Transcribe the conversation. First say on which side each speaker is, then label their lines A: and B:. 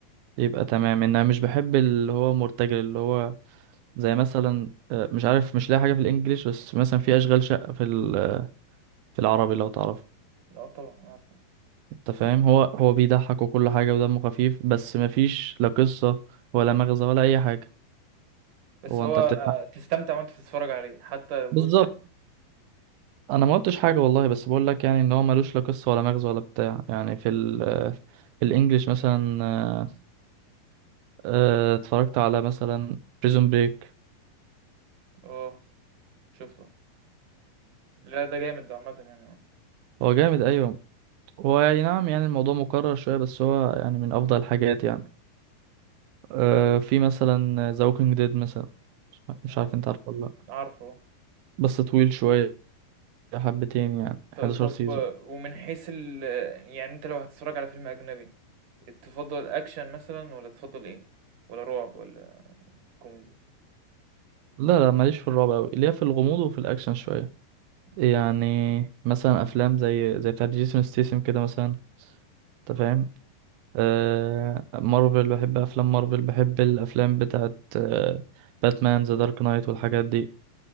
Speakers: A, on the right (about 85°); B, on the right (about 60°).
A: يبقى تمام ان انا مش بحب اللي هو مرتجل اللي هو زي مثلا آه، مش عارف مش لاقي حاجه في الانجليش بس مثلا في اشغال شقه في ال- في العربي لو تعرف
B: لا طبعا عارفه
A: انت فاهم هو هو بيضحك وكل حاجة ودمه خفيف بس مفيش لا قصة ولا مغزى ولا أي حاجة
B: بس
A: هو
B: هو
A: أنت بتضحك
B: آه، تستمتع وانت بتتفرج عليه حتى لو
A: بالظبط
B: بص يعني
A: أنا ما قلتش حاجة والله بس بقول لك يعني إن هو ملوش لا قصة ولا مغزى ولا بتاع يعني في ال في الإنجليش مثلا آه، آه، اتفرجت على مثلا بريزون بريك
B: اه شفته لا ده جامد ده عامة يعني اه
A: هو جامد أيوه هو يعني نعم يعني الموضوع مكرر شوية بس هو يعني من أفضل الحاجات يعني آه، في مثلا ذا ووكينج ديد مثلا مش
B: مم،
A: عارف أنت عارفه ولا لأ
B: عارفه
A: بس طويل شوية حبتين يعني 11
B: ط- طب
A: سيزون
B: ومن حيث ال يعني انت لو هتتفرج على فيلم اجنبي تفضل اكشن مثلا ولا تفضل ايه ولا رعب ولا كوميدي
A: لا لا ماليش في الرعب أوي ليا في الغموض وفي الأكشن شوية
B: مم.
A: يعني مثلا أفلام زي زي بتاعت جيسون ستيسم كده مثلا أنت فاهم آه مارفل بحب أفلام مارفل بحب الأفلام بتاعت آه باتمان ذا دارك نايت والحاجات دي